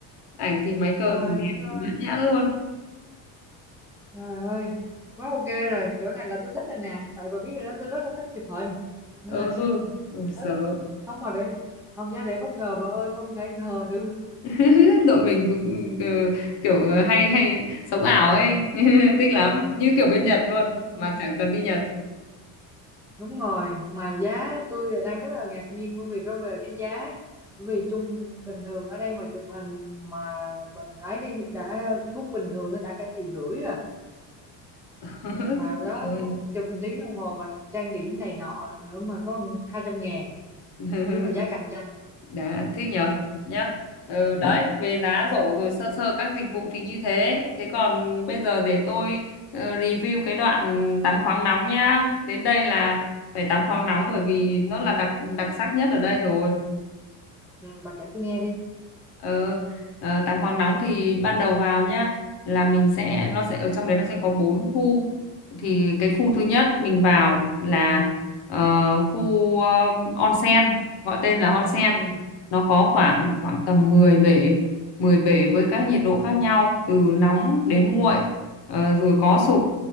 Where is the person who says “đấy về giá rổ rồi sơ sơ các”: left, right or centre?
Left